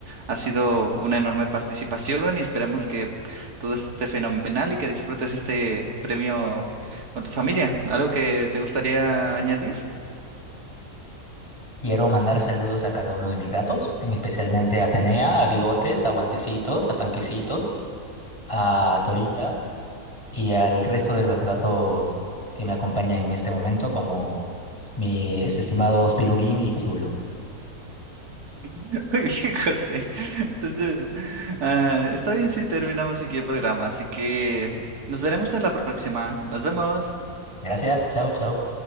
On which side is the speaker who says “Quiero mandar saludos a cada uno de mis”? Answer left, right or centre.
Left